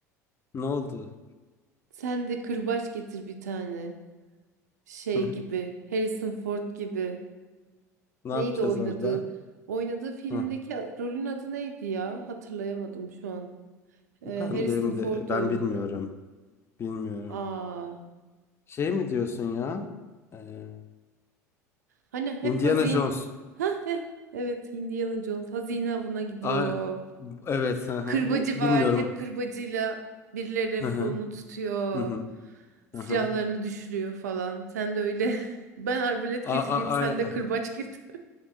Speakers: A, on the left (about 30°); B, on the right (about 75°).
A: Ne oldu?
B: Sen de kırbaç getir bir tane. şey
A: <laughs>
B: gibi, Harrison Ford gibi.
A: Ne
B: Neydi
A: yapacağız
B: oynadığı?
A: orada?
B: Oynadığı filmdeki
A: Hı.
B: rolün adı neydi ya? Hatırlayamadım şu an. Ee,
A: Ben
B: Harrison
A: benim
B: Ford
A: de
B: oynuyor.
A: ben bilmiyorum. Bilmiyorum.
B: Aa,
A: Şey mi diyorsun ya? Ee,
B: hani hep
A: Indiana
B: hazine.
A: Jones.
B: Ha, heh, evet, Indiana Jones hazine avına gidiyor.
A: Aa, evet. hı hı.
B: Kırbacı
A: Bu bilmiyorum.
B: var. Hep kırbacıyla birilerinin
A: Hı
B: kolunu
A: hı.
B: tutuyor.
A: Hı hı.
B: Silahlarını
A: Hı hı.
B: düşürüyor falan. Sen de öyle. <laughs> Ben arbalet
A: A,
B: getireyim,
A: a,
B: sen de
A: a,
B: kırbaç git.